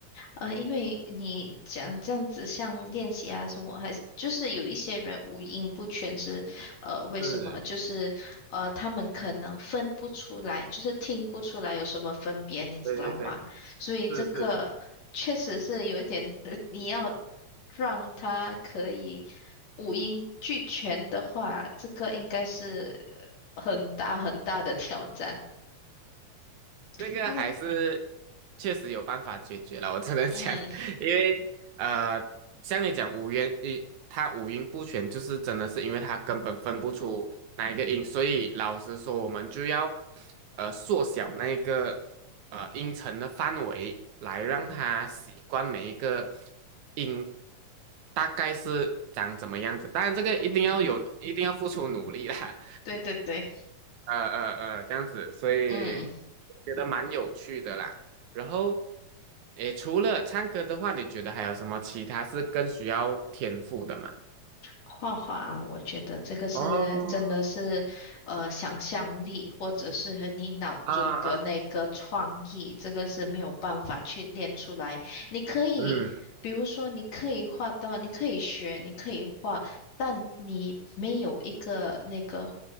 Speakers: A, on the left; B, on the right.
A: 呃，因为你讲这样子，像练习啊什么，还是就是有一些人五音不全是，呃，为什么？
B: 是，
A: 就是呃，他们可能分不出来，就是听不出来有什么分别，你知道吗？
B: 对对对，
A: 所以这个确实是有一点，
B: 是是是。
A: 呃你要让他可以五音俱全的话，这个应该是呃很大很大的挑战。<laughs>
B: 这个还是
A: 那
B: 确实有办法解决了，我只能讲，
A: 嗯
B: <laughs> 因为呃，像你讲五音一，他五音不全，就是真的是因为他根本分不出哪一个音，所以老实说，我们就要呃缩小那个呃音程的范围，来让他习惯每一个
A: 嗯
B: 音大概是长怎么样子。当然，这个一定要有，
A: 嗯，
B: 一定要付出努力啦。
A: 对对对，
B: 呃呃呃，这样子，所以我觉得蛮有趣的啦。
A: 嗯。
B: 然后，诶，除了唱歌的话，你觉得还有什么其他是更需要天赋的吗？
A: 画画啊，我觉得这个是真的是，
B: 哦，
A: 呃，想象力或者是和你脑中的那个创意，
B: 啊啊，
A: 这个是没有办法去练出来。你可以，
B: 嗯
A: 比如说，你可以画到，你可以学，你可以画，但你没有一个那个。